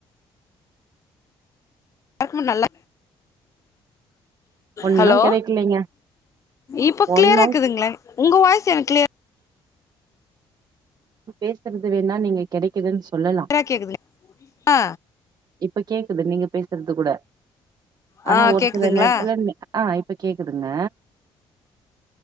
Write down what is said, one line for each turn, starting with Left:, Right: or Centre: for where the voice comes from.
Left: ருக்குமே நல்ல
Right: ஒன்னும்
Left: ஹலோ
Right: கெடைக்கலைங்க
Left: இப்போ க்ளியராக்குதுங்களே
Right: ஒன்னும்
Left: உங்க வாய்ஸ் எனக்கு க்ளி
Right: பேசுறது வேண்ணா நீங்க கெடைக்குதுன்னு சொல்லலாம்
Left: க்ளியரா கேக்குதுங்க ஆ
Right: இப்ப கேக்குது நீங்க பேசுறது கூட
Left: ஆ
Right: ஆனா ஒரு
Left: கேக்குதுங்களா
Right: சில நேரத்துல நெ ஆ இ இப்ப கேக்குதுங்க.